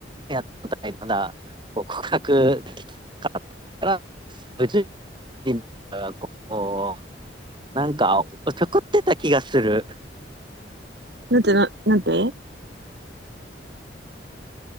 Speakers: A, on the right; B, on the right.
A: う、やったことないまだ、こう告白できなかったから、無事に、こう、なんか、おちょくってた気がする。
B: なんてな、なんて